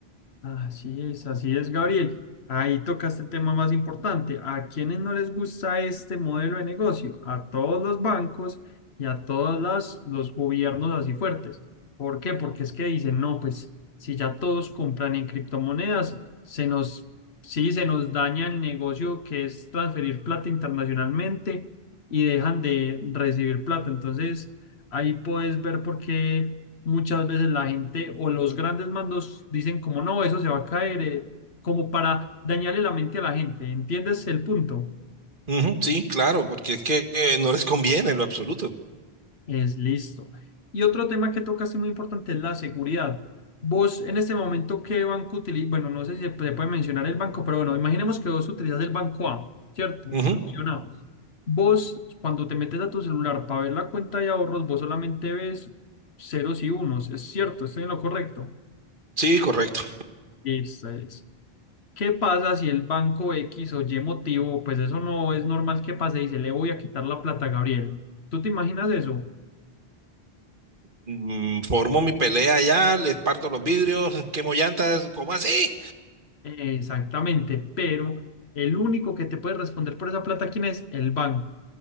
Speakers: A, on the left; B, on the right.
A: Así es, así es, Gabriel. Ahí tocaste el tema más importante. ¿A quiénes no les gusta este modelo de negocio? A todos los bancos y a todos las- los gobiernos así fuertes. ¿Por qué? Porque es que dicen, no, pues si ya todos compran en criptomonedas, se nos, sí, se nos daña el negocio que es transferir plata internacionalmente y dejan de recibir plata. Entonces, ahí puedes ver por qué muchas veces la gente o los grandes mandos dicen como no, eso se va a caer, eh, como para dañarle la mente a la gente. ¿Entiendes el punto?
B: Ujú, sí, claro, porque es que eh, no les conviene en lo absoluto.
A: Es listo. Y otro tema que tocaste muy importante es la seguridad. Vos en este momento, ¿qué banco utilizas? Bueno, no sé si se puede puede mencionar el banco, pero bueno, imaginemos que vos utilizas el banco A, ¿cierto?
B: Ujú,
A: La opción A. Vos, cuando te metes a tu celular para ver la cuenta de ahorros, vos solamente ves ceros y unos. Es cierto, estoy en lo correcto.
B: sí, correcto.
A: Esa es. ¿Qué pasa si el banco X o Y motivo, pues eso no es normal que pase, dice, le voy a quitar la plata a Gabriel? ¿Tú te imaginas eso?
B: mm, formo mi pelea allá, les parto los vidrios, quemo llantas, ¿cómo así?
A: Eh, Exactamente, pero el único que te puede responder por esa plata, ¿quién es? El banco.